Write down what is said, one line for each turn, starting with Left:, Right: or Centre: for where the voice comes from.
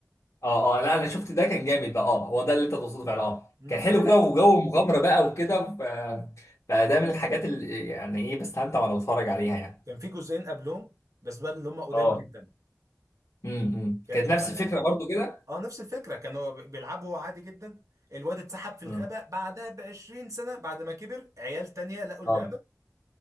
Left: اه اه لا انا شفت ده كان جامد بقى اه هو ده اللي انت تقصده فعلا اه
Right: مم،
Left: كان حلو
Right: ك-
Left: كده وجو مغامره بقى وكده ف... فده من الحاجات اللي يعني ايه بستمتع وانا بتفرج عليها يعني
Right: كان في جزئين قبلهم بس بقى اللي هم قدام
Left: اه
Right: جدا
Left: امم
Right: كان
Left: كانت نفس
Right: اه
Left: الفكره برضو كده
Right: آه، نفس الفكره كان هو بي- بيلعبه هو عادي جدا الواد اتسحب في الغابه
Left: امم
Right: بعدها ب 20 سنه بعد ما كبر عيال تانية لقوا اللعبه
Left: اه